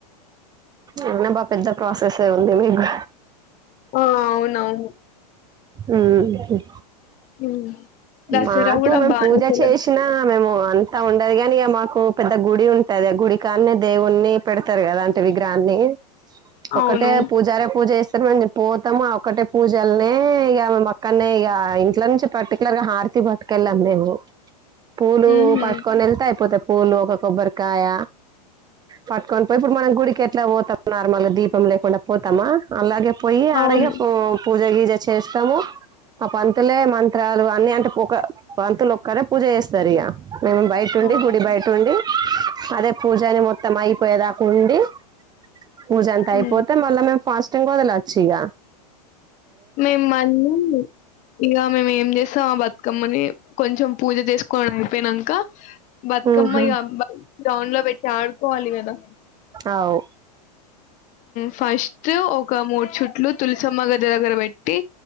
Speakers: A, on the right (about 20°); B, on the left (about 35°).
A: అవునబ్బా పెద్ద ప్రాసెసే ఉంది మీకు
B: ఆ అవునవును
A: ఉమ్మ్ గయ్
B: ఉమ్. దసరా
A: మాకు
B: గూడా
A: మేము
B: బానే
A: పూజ
B: సెలబ్
A: చేసినా మేము అంతా ఉండదు గాని ఇగ మాకు పెద్ద గుడి ఉంటది ఆ గుడి కాన్నే దేవుణ్ణి పెడతారు కదా అంటే విగ్ దాన్ని ఒకటే
B: అవును.
A: పూజారే పూజెస్ తర్మంజె పోతాము ఆ ఒక్కటే పూజల్నే ఇగ మక్కనే ఇగ ఇంట్లో నుంచి పర్టిక్యులర్ గా హా త్తి పట్టికెళ్ళాం మేము పూలు
B: హుహు.
A: పట్టుకొని ఎళ్తే అయిపోతాయి పూలు ఒక కొబ్బరికాయ పట్టుకొన్ పోయి ఇప్పుడు మనం గుడికి ఎట్లా పోతాం నార్మల్గా దీపం లేకుండా పోతామా అలాగే పోయి
B: అవును.
A: అడగపో పూజ గీజచ్చె చేస్తాము ఆ పన్ త్తేలే మంత్రాలు అన్ని అంటే ఒక పంతులు ఒక్కరే పూజ చేస్తారు ఇగ మేము బయట ఉండి
B: అవును.
A: గుడి బయట ఉండి అదే పూజని మొత్తం అయిపోయేదాకా ఉండి పూజ అంత
B: హ్మ్.
A: అయిపోతే మళ్ళ మేమ్ ఫాస్టింగ్ వదలచ్చు ఇగ
B: మేమ్ మళ్ళీ ఇగ మేమ్ ఏం జేసాం ఆ బతుకమ్మని కొంచెం పూజ జేస్కోని అయిపోయినంక బతుకమ్మ
A: ఉహు
B: ఇగ గ్రౌండ్ లో పెట్టి ఆడుకోవాలి కదా
A: అవు
B: ఫస్ట్ ఒక మూడు చుట్లు తులసమ్మ గది దగ్గర పెట్టి